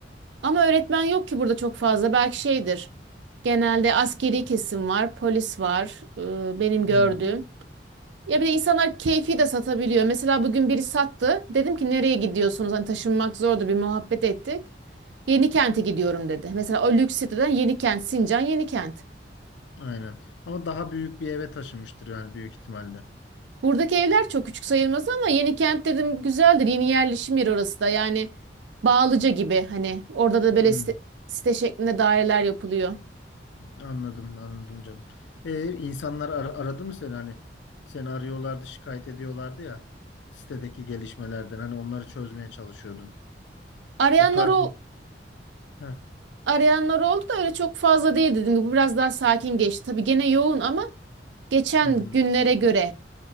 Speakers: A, on the right; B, on the left.
A: Ama öğretmen yok ki burada çok fazla. Belki şeydir. Genelde askeri kesim var, polis var, e, benim gördüğüm.
B: Hı.
A: Ya bir de insanlar keyfi de satabiliyor. Mesela bugün biri sattı. Dedim ki nereye gidiyorsunuz? Hani taşınmak zordu bir muhabbet ettik. Yenikent'e gidiyorum dedi. Mesela o lüks siteden Yenikent, Sincan Yenikent.
B: Aynen. Ama daha büyük bir eve taşınmıştır yani büyük ihtimalle.
A: Buradaki evler çok küçük sayılmaz ama Yenikent dedim güzeldir. Yeni yerleşim yeri orası da yani Bağlıca gibi hani orada da böyle
B: Hı.
A: site, site şeklinde daireler yapılıyor.
B: Anladım, anladım canım. Ee, insanlar ar- aradı mı seni hani? Seni arıyorlardı, şikayet ediyorlardı ya sitedeki gelişmelerden. Hani onları çözmeye çalışıyordun.
A: Arayanlar
B: O tarz.
A: o
B: Heh,
A: arayanlar oldu da öyle çok fazla değil dedim. Bu biraz daha sakin geçti. Tabii gene yoğun ama geçen
B: hmm,
A: günlere göre